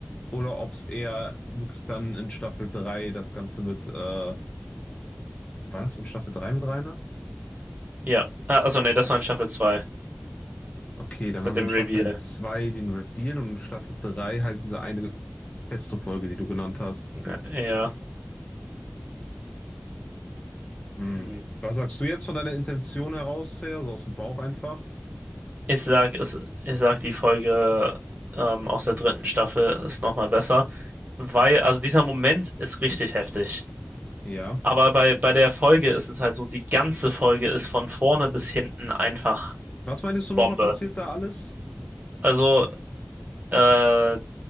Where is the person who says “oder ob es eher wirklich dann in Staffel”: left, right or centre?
Left